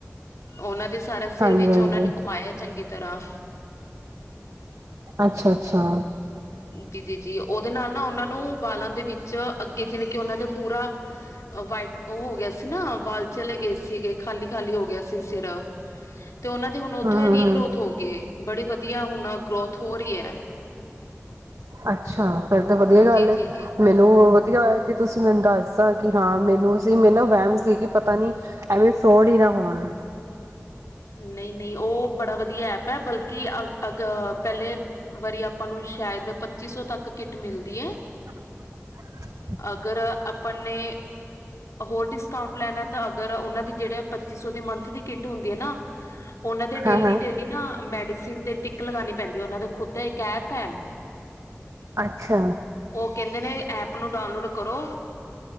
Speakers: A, on the left (about 85°); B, on the right (about 85°).
A: ਉਹਨਾਂ ਦੇ ਸਾਰਾਸਿਰ
B: ਹਾਂਜੀ
A: ਵਿੱਚ
B: ਹਾਂਜੀ
A: ਉਹਨਾਂ ਨੇ ਘੁਮਾਏਆ ਚੰਗੀ ਤਰਾਂ
B: ਅੱਛਾ, ਅੱਛਾ।
A: ਡੀ ਟੇ ਜੀ ਉਦੇ ਨਾਲ ਨਾ ਉਨਾਂ ਨੂੰ ਵਾਲਾਂ ਦੇ ਵਿੱਚ ਅੱਗੇ ਜਿਵੇਂ, ਕਿ ਉਨਾਂ ਦੇ ਪੂਰਾ ਵਾਈ ਓ ਹੋ ਗਿਆ ਸੀ ਨਾ, ਵਾਲ ਚਲੇ ਗਏ ਸੀਗੇ, ਖਾਲੀ-ਖਾਲੀ ਹੋ ਗਿਆ ਸੀ ਸਿਰ। ਤੇ ਉਨਾਂ ਦੇ ਹੁਨ ਉੱਥੋ
B: ਹਾਂ
A: ਈ ਰੀਗਰੋਥ
B: ਹਾਂ
A: ਹੋ ਗਏ, ਬੜੇ ਵਧੀਆ ਹੁਨ ਗਰੋਥ ਹੋ ਰਹੀ ਐ।
B: ਅੱਛਾ, ਫੇਰ ਤਾਂ ਵਧੀਆ
A: ਜੀ,
B: ਗੱਲ
A: ਜੀ,
B: ਏ
A: ਜੀ।
B: ਮੇ ਲੋ, ਵਧੀਆ ਹੋਇਆ ਕਿ ਤੁਸੀਂ ਮੈਨੂੰ ਦਸ ਤਾਂ ਕਿ ਹਾਂ ਮੈਨੂੰ ਸੀ, ਮੈਨੂੰ ਨਾ ਵਹਿਮ ਸੀਗੀ ਪਤਾ ਨੀ ਐਵੇਂ ਫਰੋਡ ਹੀ ਨਾ ਹੋਨ।
A: ਨਈ-ਨਈ ਓ ਬੜਾ ਵਧੀਆ ਐਪ ਐ, ਬਲਕਿ ਅ ਅਗ ਪਹਿਲੇ ਵਾਰੀ ਆਪਾਂ ਨੂੰ ਸ਼ਾਏਦ ਪੱਚੀ ਸੌ ਤੱਕ ਕਿੱਟ ਮਿਲਦੀ ਏ।
B: <inaudible>
A: ਅਗਰ ਆਪਨ ਨੇ, ਹੋਰ ਡਿਸਕਾਊਂਟ ਲੈਨਾ। ਤਾਂ ਅਗਰ ਉਨਾਂ ਦੀ ਜੇੜੇ ਪੱਚੀ ਸੌ ਦੇ ਮੰਥ ਦੀ ਕਿੱਟ ਹੁੰਦੀ ਏ ਨਾ। ਉਨਾ ਦੇ
B: ਹਾਂ
A: ਡੇਲੀ-ਡੇਲੀ
B: ਹਾਂ
A: ਨਾ ਮੈਡੀਸਨ ਤੇ ਟਿਕ ਲਗਾਨੀ ਪੈਂਦੀ ਏ, ਓਨਾ ਦਾ ਖੁਦ ਦਾ ਏਕ ਐਪ ਏ।
B: ਅੱਛਾ।
A: ਓ ਕਹਿੰਦੇ ਨੇ ਐਪ ਨੂੰ ਡਾਊਨਲੋਡ ਕਰੋ।